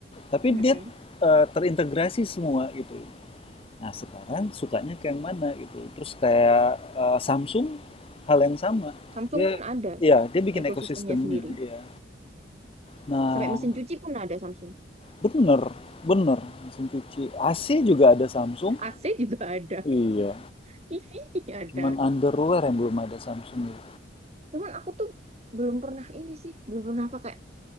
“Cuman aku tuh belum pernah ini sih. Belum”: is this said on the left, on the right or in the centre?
Right